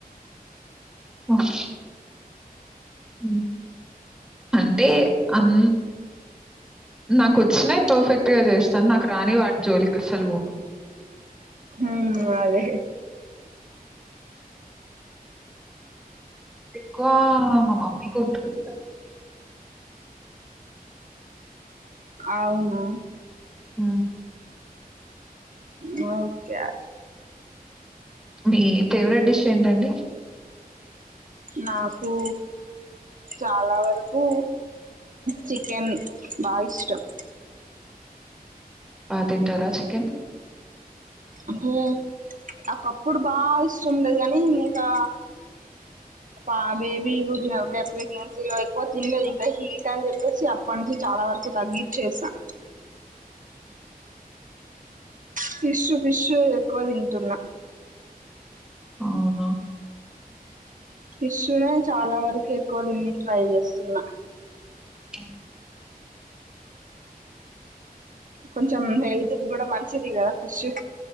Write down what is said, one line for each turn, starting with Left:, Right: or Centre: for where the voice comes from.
Centre: ఉషు ఊ అంటే అం నాకుచ్చినయ్ పర్ఫెక్ట్ గా చేస్తాను నాకు రాని వాటి జోలికి అసలు ఓను
Right: ఊ అదే
Centre: కో ఆ మా మమ్మీ <unintelligible>
Right: అవునా
Centre: ఊ
Right: మోతె
Centre: మీ ఫేవరెట్ డిష్ ఏంటండి
Right: నాకు చాలా వరకు చికెన్ బాగా ఇష్టం
Centre: ఆ తింటారా చికెన్
Right: అంటే ఒకప్పుడు బాగా ఇష్టం ఉండది కానీ ఇంకా ప బేబీ పుట్టిన బేబీ ప్రెగ్నెన్సీలో ఎక్కువ తినలేదు ఇంకా హీట్ అని చెప్పేసి అప్పటి నుంచి చాలా వరకు తగ్గించేసా ఫిష్ ఫిషు ఎక్కువ తింటున్నా
Centre: అవునా
Right: ఫిష్ నే చాలా వరకు ఎక్కువ దిని ట్రై చేస్తున్నా
Centre: ఆ
Right: కొంచెం హెల్త్ కూడా మంచిది కదా ఫిష్